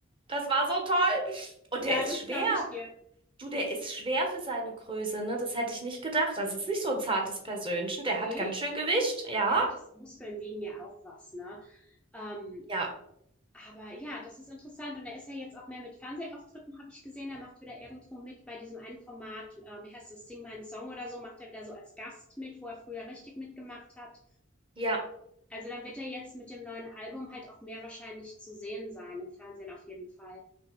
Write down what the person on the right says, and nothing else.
das war so toll. Und
der ist
schwer.
Du, der ist schwer für seine Größe, ne? Das hätte ich nicht gedacht. Das ist nicht so ein zartes Persönchen.
Der hat ganz schön Gewicht. Ja,
ja,
ja.